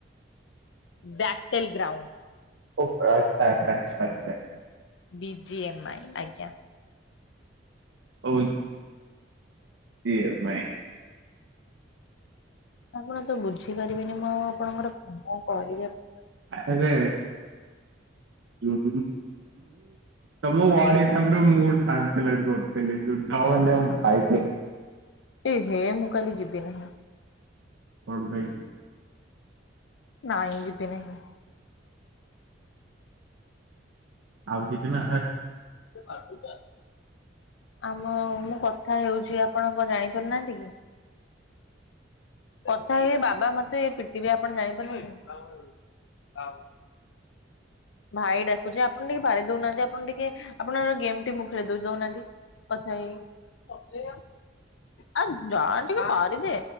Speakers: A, on the left; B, on the right.
A: ବ୍ୟାଟେଲ ଗ୍ରାଉଣ୍ଡ
B: ଓ ଆଚ୍ଛା ଆଛା ଆଛା ଆଚ୍ଛା।
A: ବି ଜି ଏମ୍ ଆଇ ଆଜ୍ଞା।
B: ଓଇ ସି ଏମ୍ ଆଇ।
A: ଆପଣ ତ ବୁଝିପାରିବେନି, ମୁଁ ଆଉ ଆପଣଙ୍କର କଣ କଣ କହିବି ଆପଣ କହିଲେ।
B: ଆରେ ମୁଁ <unintelligible> ତମ ୱାର୍ଡ଼ ମ ମୁର୍ ସାଙ୍ଗସଲ ଅଟଥିଲେ
A: ଏ ହେ ମୁଁ କାଲି ଯିବି ନାହିଁ।
B: କଣ ପାଇଁ?
A: ନାଇଁ ଯିବି ନାହିଁ।
B: ଆଉ କିଛି ନା
A: ପାଠଟା ଆମ ମୁଁ କଥା ହେଉଛି, ଆପଣ କଣ ଜାଣିପାରୁନାହାନ୍ତି କି? କଥା ଇ ବାବା ମତେ ଏ ପିଟିବେ ଆପଣ ଜାଣିପାରୁନାହାଁନ୍ତି? ହଉ। ଭାଇ ଡାକୁଛି, ଆପଣ ଟିକେ ପାରି ଦଉନାହାନ୍ତି। ଆପଣ ଟିକେ ଆପଣଙ୍କର, ଗେମ୍ ଟି ମୁଁ ଖେଳିଦଉଚି ଦଉନାହାନ୍ତି। କଥା ହେଇ ହେଇ, ଯାଆ ଟିକେ ପାରିଦେ